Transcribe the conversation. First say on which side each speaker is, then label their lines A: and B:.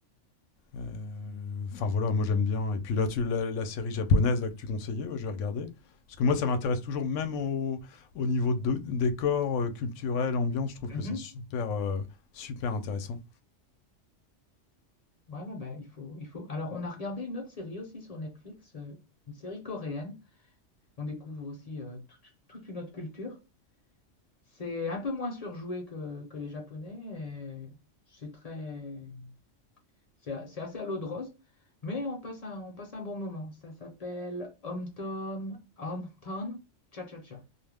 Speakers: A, on the left; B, on the left.
A: euh, Enfin voilà, moi j'aime bien. Et puis là, tu, la, la série japonaise là, que tu conseillais, ouais, je vais regarder. Parce que moi, ça m'intéresse toujours, même au, au niveau de décor, euh, culturel, ambiance, je trouve
B: Mhm.
A: que c'est super, euh, super intéressant.
B: Ouais, ouais, bah, il faut, il faut. Alors, on a regardé une autre série aussi sur Netflix, euh, une série coréenne. On découvre aussi euh, toute toute une autre culture. C'est un peu moins surjoué que, que les Japonais. et C'est très, c'est a- c'est assez à l'eau de rose, mais on passe un, on passe un bon moment. Ça s'appelle Hometown, Hometown Cha-Cha-Cha.